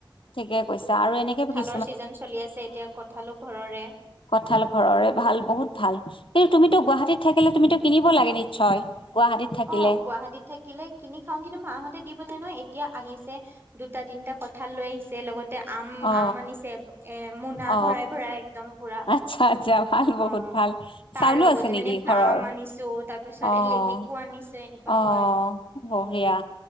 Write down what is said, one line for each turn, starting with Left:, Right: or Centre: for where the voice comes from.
Left: ঠিকে কৈছা আৰু এনেকে কি
Right: ৰ চিজন চলি আছে এতিয়া কঠালো ঘৰৰে
Left: কঁঠাল ঘৰৰে ভাল বহুত ভাল কিন্তু তুমিতো গুৱাহাটীত থাকিলে তুমিতো কিনিব লাগে নিশ্চয় গুৱাহাটীত থাকিলে
Right: অ', গুৱাহাটীত থাকিলে কিনি খাও কিন্তু মাহঁতে দি প নহয় এতিয়া আহিছে দুটা তিনিটা কথা লৈ আহিছে লগত এ আম,
Left: অ
Right: আম আনিছে এ মোনা
Left: অ
Right: ভৰাই ভৰাই একদম পুৰা
Left: আচ্ছা আচ্ছা ভাল
Right: অ',
Left: বহুত ভাল
Right: তাৰ
Left: চাউলো
Right: লগতে
Left: আছে নেকি
Right: মানে প্লাম
Left: ঘৰৰ
Right: আনিছো তাৰ পিছত
Left: অ',
Right: লেটেকু আনিছো এনেকুৱা
Left: অ',
Right: হয়।
Left: হবয়া